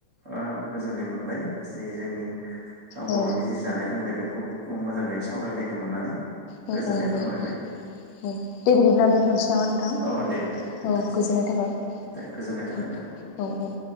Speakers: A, on the right; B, on the left.
A: आंबो गोजोननाय मोनबाय जि जोंनि बर'नि
B: औ
A: जि जानाय लोंनाय बेखौ मोजाङै सावरायलायनो मोननानै
B: औ
A: गोजोननाय
B: औ नंगौ
A: फोरमायबाय
B: नोंथां औ दे बिदिब्ला दोन्थ'नोसै नामा नोंथां
A: औ दे दे दोनथ'सै
B: औ गोजोननाय थाबाय
A: दे गोजोननाय नोंथां
B: औ औ